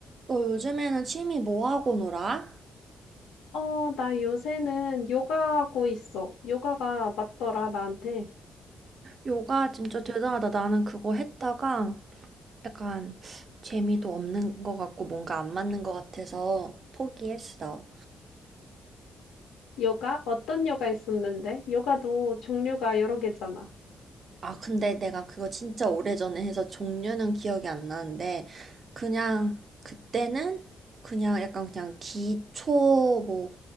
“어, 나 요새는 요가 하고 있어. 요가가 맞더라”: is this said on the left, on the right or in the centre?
Left